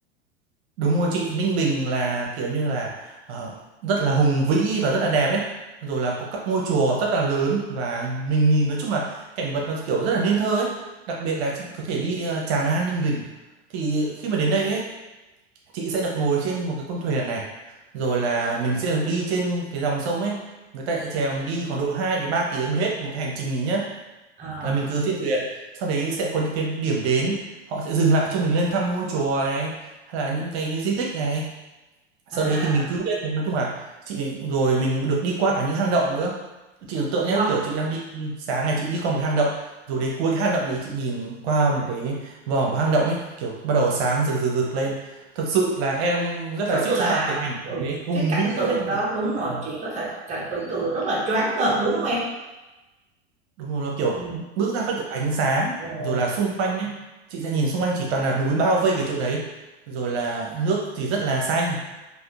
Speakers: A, on the right; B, on the right.
A: Đúng rồi chị, Ninh Bình là kiểu như là ờ, rất là hùng vĩ và rất là đẹp ấy. Rồi là có các ngôi chùa rất là lớn và mình nhìn nói chung là cảnh vật nó kiểu rất là nên thơ ấy. Đặc biệt là chị có thể đi ờ, Tràng An Ninh Bình. Thì khi mà đến đây ấy, chị sẽ được ngồi trên một cái con thuyền này. Rồi là mình sẽ được đi trên cái dòng sông ấy. Người ta sẽ chèo mình đi khoảng độ 2 đến 3 tiếng mới hết một cái hành trình ý nhá.
B: à,
A: Là mình cứ trên thuyền, sau đấy sẽ có những cái điểm đến, họ sẽ dừng lại cho mình lên thăm ngôi chùa này hay là những cái di tích này sau
B: à
A: đấy thì mình cứ đấy nói chung là chị rồi mình được đi qua cả những hang động nữa chị tưởng tượng
B: wow
A: nhá kiểu chị đang đi sáng ngày chị đi qua một cái hang động rồi đến cuối cái hang động ấy chị nhìn qua một cái vòng của hang động ấy kiểu bắt đầu sáng rực rực rực lên thực sự là em rất
B: Rất
A: là suýt
B: là
A: sao cái cảnh
B: ừ,
A: tượng ấy hùng
B: cái cảnh
A: vĩ
B: tượng
A: luôn ấy
B: đó
A: kiểu
B: đúng rồi,
A: ừ,
B: chị có thể cảnh tưởng tượng rất là choáng ngợp đúng không em?
A: đúng rồi nó kiểu
B: Ừ.
A: bước ra phát kiểu ánh sáng
B: Ồ.
A: rồi là xung quanh nhé chị sẽ nhìn xung quanh chỉ toàn là núi bao vây cái chỗ đấy rồi là nước thì rất là xanh